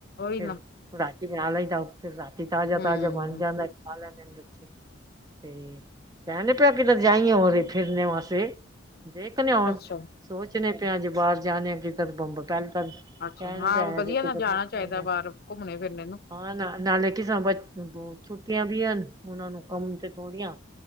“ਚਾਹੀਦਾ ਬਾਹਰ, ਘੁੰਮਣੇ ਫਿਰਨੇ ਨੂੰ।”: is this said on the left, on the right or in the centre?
Left